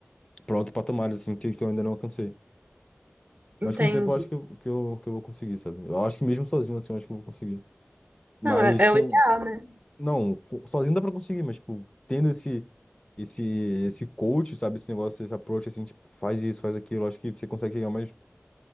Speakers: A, on the left; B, on the right.
A: pra outro patamar, assim, que, que eu ainda não alcancei. Mas
B: entendi.
A: com o tempo eu acho que eu, que eu, que eu vou conseguir, sabe? Eu acho que mesmo sozinho, assim, eu acho que eu vou conseguir. Mas
B: Não, é, é
A: com...
B: o ideal, né?
A: Não, com- sozinho dá pra conseguir, mas, tipo, tendo esse esse esse coach, sabe, esse negócio, esse approach assim, tipo, faz isso, faz aquilo, Eu acho que você consegue chegar mais